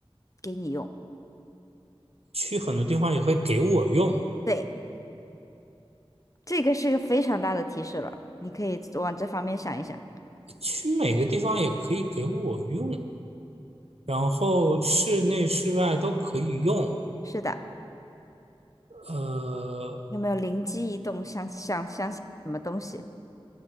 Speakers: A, on the left; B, on the right.
A: 给你用。
B: 去很多地方也会给我用，
A: 对，这个是个非常大的提示了，你可以往这方面想一想。
B: 去每个地方也可以给我用，然后室内室外都可以用。
A: 是的，
B: 呃，
A: 有没有灵机一动，想想想想什么东西？